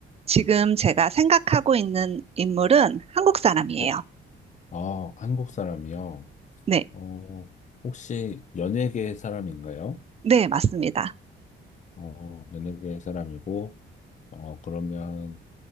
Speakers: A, on the right; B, on the left.
A: 지금 제가 생각하고 있는 인물은 한국 사람이에요.
B: 네. 아, 한국 사람이요?
A: 네,
B: 어, 혹시 연예계 사람인가요?
A: 네, 맞습니다.
B: 어, 연예계 사람이고, 어, 그러면